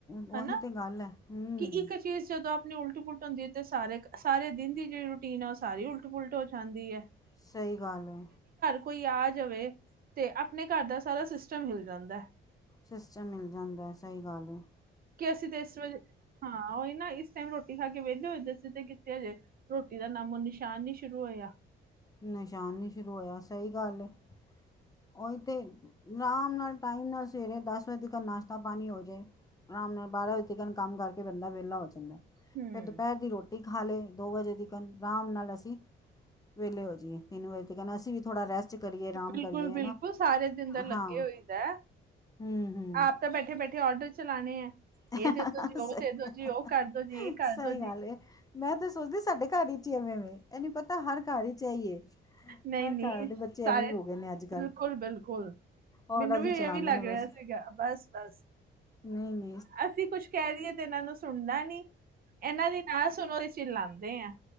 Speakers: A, on the left; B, on the right.
A: ਉਹੀ
B: ਹਨਾ
A: ਤੇ ਗੱਲ ਹੈ, ਹੂ
B: ਕਿ ਇੱਕ ਚੀਜ਼ ਜਦੋਂ ਆਪਣੀ ਉਲਟ ਪੁਲਟ ਹੁੰਦੀ ਤੇ ਸਾਰੇ ਸਾਰੇ ਦਿਨ ਦੀ ਜਿਹੜੀ ਰੂਟੀਨ ਐ, ਉਹ ਸਾਰੀ ਉਲਟ ਪੁਲਟ ਹੋ ਜਾਂਦੀ ਏ।
A: ਸਹੀ ਗੱਲ ਹੈ।
B: ਕੋਈ ਆ ਜਾਵੇ, ਤੇ ਆਪਣੇ ਘਰ ਦਾ ਸਾਰਾ ਸਿਸਟਮ ਹਿਲ ਜਾਂਦਾ ਏ।
A: ਸਿਸਟਮ ਹਿਲ ਜਾਂਦਾ ਏ ਸਹੀ ਗੱਲ ਏ।
B: ਕਿ ਅਸੀਂ ਤੇ ਇਸ ਵੇ, ਹਾਂ ਉਹੀ ਨਾ ਟ ਰੋਟੀ ਖਾ ਕੇ ਵੇਲੇ ਹੋਏ ਦੇ ਸੀ, ਤੇ ਕਿੱਥੇ ਹਜੇ ਰੋਟੀ ਦਾ ਨਾਮੋ ਨਿਸ਼ਾਨ ਨੀ ਸ਼ੁਰੂ ਹੋਇਆ।
A: ਨਿਸ਼ਾਨ ਨਹੀਂ ਸ਼ੁਰੂ ਹੋਇਆ, ਸਹੀ ਗੱਲ ਏ। ਔ ਹੀ ਤੇ, ਆਰਾਮ ਨਾਲ ਟਾਈਮ ਨਾਲ ਸਵੇਰੇ ਦਸ ਵਜੇ ਨਾਸ਼ਤਾ ਪਾਣੀ ਹੋ ਜਾਏ, ਆਰਾਮ ਨਾਲ ਬਾਰਾਂ ਵਜੇ ਤਕ ਕੰਮ ਕਰਕੇ ਬੰਦਾ ਵੇਲਾ ਹੋ ਜਾਂਦਾਏ।
B: ਹੂੰ।
A: ਫਿਰ ਦੁਪਹਿਰ ਦੀ ਰੋਟੀ ਖਾ ਲਏ, ਦੋ ਵਜੇ ਤਿਕਨ ਆਰਾਮ ਨਾਲ ਅਸੀਂ। ਵੇਲੇ ਹੋ ਜਈਏ, ਤਿੰਨ ਵਜੇ ਤਿਕਣ ਅਸੀਂ ਵੀ ਥੋੜਾ ਰੈਸਟ ਕਰੀਏ ਆਰਾਮ
B: ਬਿਲਕੁਲ-ਬਿਲਕੁਲ
A: ਕਰੀਏ ਹੈ ਨਾ
B: ਸਾਰੇ ਦਿਨ ਦਾ ਲੱਗੇ
A: ਹਾਂ
B: ਹੋਈ ਦਾ ਐ।
A: ਹੂੰ ਹੂੰ
B: ਆਪ ਤਾਂ ਬੈਠੇ-ਬੈਠੇ ਆਰਡਰ ਚਲਾਨੇ ਏ।
A: ਸਹੀ
B: ਏ ਦੇ ਦੋ ਜੀ, ਉਹ ਦੇ ਦੋ ਜੀ, ਉਹ ਕਰਦੋ ਜੀ, ਏ ਕਰਦੋ
A: ਸਹੀ
B: ਜੀ।
A: ਗੱਲ ਏ ਮੈਂ ਤੇ ਸੋਚਦੀ ਸੀ ਸਾਡੇ ਘਰ ਵਿੱਚ ਹੀ ਐਵੇਂ ਵੇ, ਐਨੀ ਪੱਤਾ ਹਰ ਘਰ ਚ ਇਹੀ ਏ।
B: ਨਹੀਂ-ਨਹੀਂ
A: ਹਰ ਘਰ ਦੇ ਬੱਚੇ
B: ਸਾਰੇ
A: ਐਵੇਂ ਹੀ ਹੋ ਗਏ ਨੇ ਅੱਜ ਕੱਲ੍ਹ
B: ਬਿਲਕੁਲ-ਬਿਲਕੁਲ।
A: ਔਡਰ
B: ਮੈਨੂੰ ਵੀ
A: ਚਲਾਉਂਦੇ
B: ਐਵੇਂ ਹੀ ਲੱਗ
A: ਨੇ ਬਸ
B: ਰਿਹਾ ਸੀਗਾ, ਬਸ-ਬਸ
A: ਨਹੀਂ ਮ
B: ਅਸੀਂ ਕੁਛ ਕਹਿ ਦਈਏ ਤੇ ਇਹਨਾਂ ਨੂੰ ਸੁਣਦਾ ਨੀ, ਇਹਨਾਂ ਦੀ ਨਾ ਸੁਣੋ, ਤੇ ਜਿਲਾਂਦੇ ਐ।